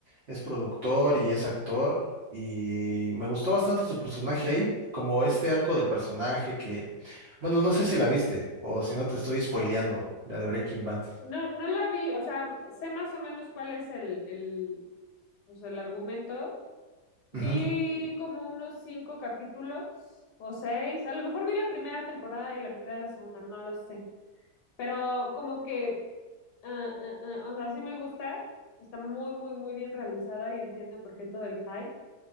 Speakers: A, on the right (about 65°); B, on the left (about 75°).
A: Es productor y es actor. Y me gustó bastante su personaje ahí, como este arco del personaje que, bueno, no sé si la viste o si no te estoy spoileando, la de Breaking Bad.
B: No, no la vi, o sea, sé más o menos cuál es el, el, o sea, el argumento, Vi
A: Ujú,
B: como unos cinco capítulos o seis. A lo mejor vi la primera temporada y la mitad de la segunda, no lo sé. Pero como que, ah, ah, ah, o sea, sí me gusta. Está muy, muy, muy bien realizada y entiendo por qué todo el hype.